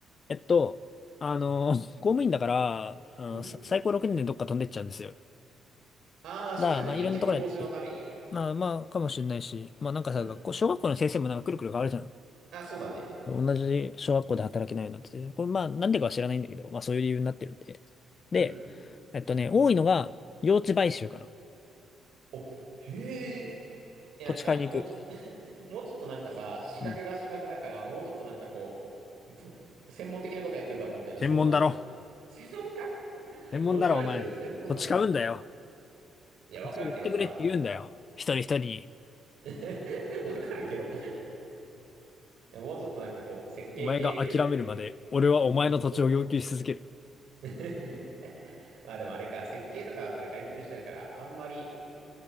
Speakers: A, on the left; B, on the right.
A: えっと、あの、公務員だから、あの、
B: うん。
A: さ最高6年でどっか飛んでっちゃうんですよ。
B: ああ、そっか、
A: ただ、
B: なんか癒着防止のために。
A: まあ、いろんなところやって。まあまあ、かもしれないし、まあなんかさ、
B: うん。
A: 学校、小学校の先生もなんかくるくる変わるじゃん。
B: あ、そうだね。
A: 同じ小学校で働けないのって、これまあなんでかは知らないんだけど、まあそういう理由になってるんで。
B: うん。
A: で、えっとね、多いのが用地買収かな。
B: お、へえ。え、なんか、
A: 土地買いに行く。
B: もうちょっともうちょっとなんかさ、資格が資格だから、
A: うん。
B: もうちょっとなんかこう、と、専門的なことやってるかと思ったけど、
A: 専門だろ。
B: そうじゃなく。専門家 <laughs>
A: 専門だろ、
B: 幼稚外周専門なのか。
A: お前。土地買うんだよ。
B: いや、わかるけどさ、
A: 土地売ってくれって言うんだよ。一人一人に。
B: <laughs> わかるけど。いや、もうちょっとなんかこう、設計系みたいな、
A: お前が諦めるまで、俺はお前の土地を要求し続ける。
B: けん、こう。<laughs> まあでもあれか、設計とかだったら外注しちゃうから、あんまり、